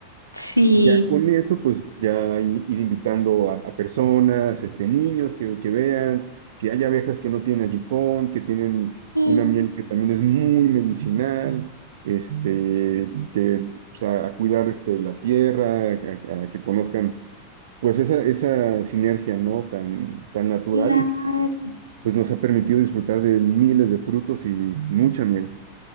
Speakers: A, on the right (about 90°); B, on the right (about 55°).
A: Sí.
B: Ya con eso, pues ya i- ir invitando a, a personas, este, niños que, que vean, que hay abejas que no tienen aguijón, que tienen
A: Sí,
B: una miel que también es muy medicinal, este, que, o sea, a cuidar este, la tierra, a, a- a que conozcan pues esa, esa sinergia, ¿no? Tan, tan natural
A: claro.
B: y pues nos ha permitido disfrutar de miles de frutos y mucha miel.